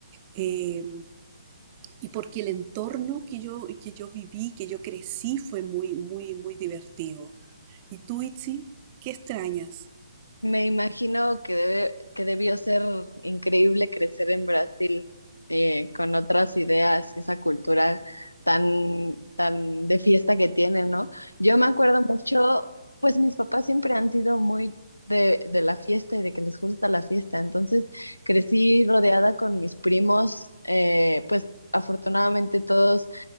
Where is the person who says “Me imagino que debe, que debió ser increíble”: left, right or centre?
Left